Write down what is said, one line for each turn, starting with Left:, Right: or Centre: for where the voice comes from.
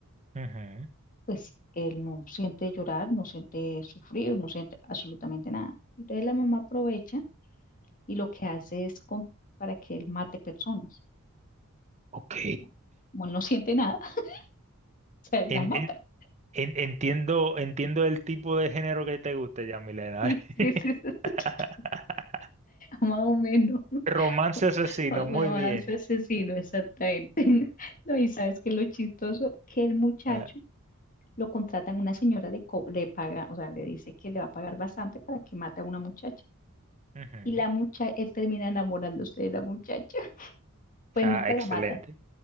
Right: ujú.
Left: Pues él no siente llorar, no siente sufrir, no siente absolutamente nada. Entonces la mamá aprovecha y lo que hace es con- para que él mate personas.
Right: Ok.
Left: ¿no? Como él no siente nada, <laughs> o sea, él
Right: En-
Left: la mata.
Right: en-
Left: <laughs>
Right: en- entiendo, entiendo el tipo de género que te gusta ya, Milena.
Left: Sí, sí, sí, sí,
Right: <laughs>
Left: sí. Más o menos. <laughs> Un
Right: Romance asesino,
Left: Romance
Right: muy bien.
Left: asesino, exactamente. <laughs> No, y sabes que lo chistoso, que el muchacho
Right: Ah,
Left: lo contratan, una señora le, co- le paga, o sea, le dice que le va a pagar bastante para que mate a una muchacha.
Right: ujú.
Left: Y la mucha, él termina enamorándose de la muchacha. <laughs> Pues
Right: Ah,
Left: nunca
Right: excelente.
Left: la mata.